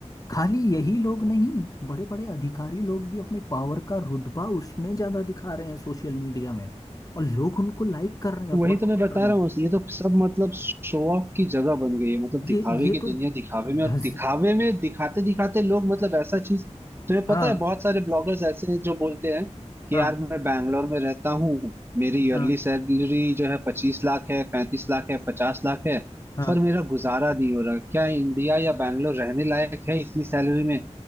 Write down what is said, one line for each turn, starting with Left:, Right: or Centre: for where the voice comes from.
Left: खाली यही लोग नहीं बड़े बड़े अधिकारी लोग भी अपने पावर का रुतबा उसमें ज्यादा दिखा रहे हैं सोशल मीडिया में और लोग उनको लाइक कर रहे हैं
Right: तो वही
Left: फॉलो
Right: तो मैं
Left: कर
Right: बता
Left: रहे
Right: रहा
Left: हैं
Right: हूँ ये तो सब मतलब शो ऑफ की जगह बन गई है मतलब दिखावे
Left: ये ये
Right: की
Left: तो
Right: दुनिया दिखावे में और
Left: धस
Right: दिखावे में दिखाते दिखाते लोग मतलब ऐसा चीज तुम्हें
Left: हाँ
Right: पता है बहुत सारे ब्लॉगर्स ऐसे हैं जो बोलते हैं कि
Left: हाँ
Right: यार मैं बैंगलोर में रहता हूँ मेरी ईयरली
Left: हाँ
Right: सैलरी जो है पच्चीस लाख है पैंतीस लाख है पचास लाख है
Left: हाँ
Right: पर मेरा गुजारा नहीं हो रहा क्या इंडिया या बैंगलोर रहने लायक है इतनी सैलरी में